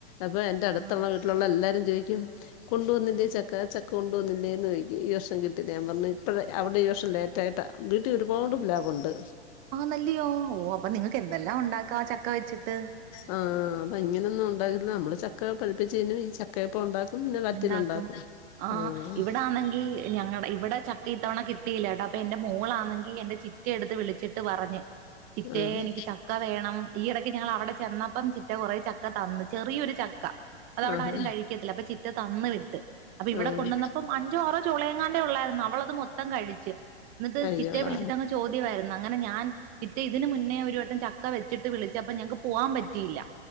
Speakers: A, on the left; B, on the right.
A: അപ്പ എന്റെ അട്ത്ത്ള്ള
B: ആഹ്
A: വീട്ട്ലുള്ള എല്ലാരും ചോദിക്കും കൊണ്ടുവന്നില്ലേ ചക്ക ചക്ക കൊണ്ടുവന്നില്ലേന്ന് ചോദിക്കും ഈ വർഷം കിട്ടില്ല ഞാ പറഞ്ഞു ഇപ്പോഴ അവിടെ ഈ വർഷം ലേറ്റായിട്ടാ വീട്ടിൽ ഒരുപാട് പിലാവ് ഉണ്ട്
B: ആഹ് അല്ലിയോ ഓ അപ്പൊ നിങ്ങക്ക് എന്തെല്ലാം ഉണ്ടാക്കാം ചക്ക വെച്ച് ട്ട്
A: ആഹ് അപ്പ ഇങ്ങനെയൊന്നും ഉണ്ടാകില്ല നമ്മള് ചക്ക പഴിപ്പിച്ച് തിന്നും ഈ ചക്കയപ്പം ഉണ്ടാക്കും പിന്നെ വറ്റലുണ്ടാക്കും
B: ഉണ്ടാക്കും ആ
A: ആഹ്
B: ഇവിടൊണെങ്കി ഞങ്ങടെ ഇവിടെ ചക്ക - ഈ തവണ കിട്ടിയില്ല കേട്ടോ എന്റെ മോളാണെങ്കിൽ എന്റെ ചിറ്റ എടുത്ത് വിളിച്ചു വച്ചിട്ട് പറഞ് ചിറ്റേ
A: ആഹ്
B: എനിക്ക് ചക്ക വേണം ഈയിടക് ക്ക് ഞങ്ങളവിടെ ചെന്നപ്പം ചിറ്റ കുറെ ചക്ക തന്ന് ചെറിയൊരു ചക് അതവിടെ
A: ആഹാ
B: ആരും കഴിക്കത്തില്ല അപ്പൊ തന്ന് വിട്ട് അപ്പൊ ഇവിടെ
A: ആഹ്
B: കൊണ്ടന്നപ്പം അഞ്ചോ ആറോ ചൊളയങ്ങാണ്ടേ ഒള്ളായിര്ന്നു അവള് അത് മൊത്തം കഴിച്ച് എന്നിട്ട്
A: അയ്യോടാ
B: ചിറ്റെ വിളിച്ചിട്ടങ്ങ് ചോദ്യവായിരുന്ന്, അങ്ങനെ ഞാൻ ചിറ്റെ ഇതിന് മുന്നേ ഒരു വട്ടം ചക്ക വെച്ചിട്ട് വിളി ചെലപ്പോ ഞങ്ങക്ക് പോവാൻ പറ്റിയില്ല